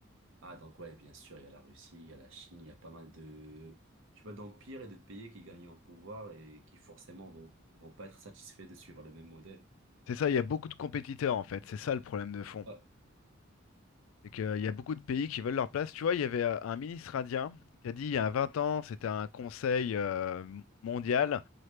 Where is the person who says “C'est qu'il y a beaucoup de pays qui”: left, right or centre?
Left